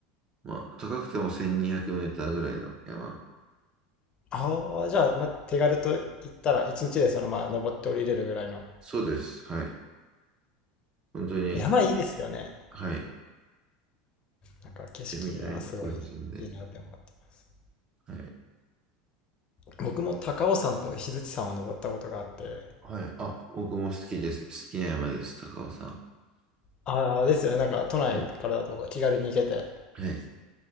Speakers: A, on the right; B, on the left.
A: まあ、高くても1200メーターぐらいの山。
B: ああ、じゃあ、まあ、手軽と言ったら、一日でそのまあ登って降りれるぐらいの。
A: そうです。はい。本当に、
B: 山いいですよね。
A: はい。
B: なんか景色はすごいいいなって思ってます。
A: セミナー行ってませんで、はい。
B: 僕も高尾山と石鎚山を登ったことがあって、
A: はい。あ、僕も好きです。好きな山です、高尾さん。
B: ああ、ですよね。なんか都内からだと気軽に行けて。
A: はい。はい。